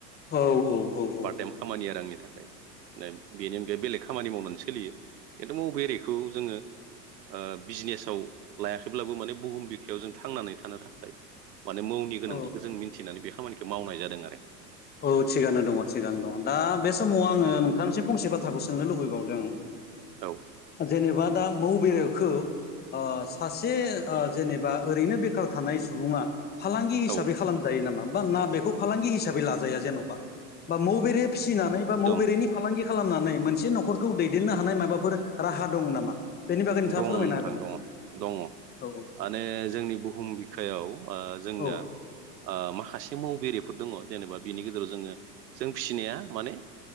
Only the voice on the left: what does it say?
औ औ औ औ
औ
औ थिगानो दङ थिगानो दङ दा बे समाव आङो नोंथांनिसिम फंसे बा थ्राखौ सोंनो लुबैबावदों
जेनिबा दा मौ बेरेखौ ओ सासे ओ जेनेबा ओरैनो बेखार थानाय सुबुङा फालांगि हिसाबै
खालामजायो नामा? बा मा बेखौ फालांगि हिसाबै ला जाया जेनबा बा मौ फिसिनानै
बा मौ बेरेनि फालांगि खालामनानै मोनसे नखरखौ दैदेननो हानाय माबाफोर राहा दङ नामा? बेनि बागै नोंथाङा
फोरमायनो
हागोन नामा
औ
औ